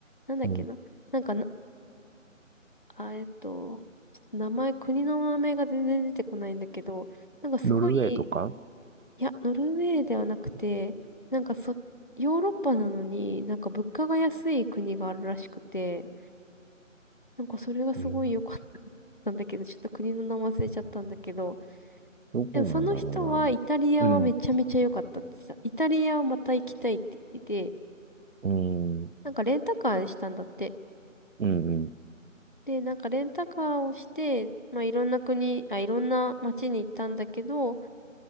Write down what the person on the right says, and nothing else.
うん、
ノルウェーとか、
うん、
どこなんだろ
うな。うん、
うん、
うん、うん。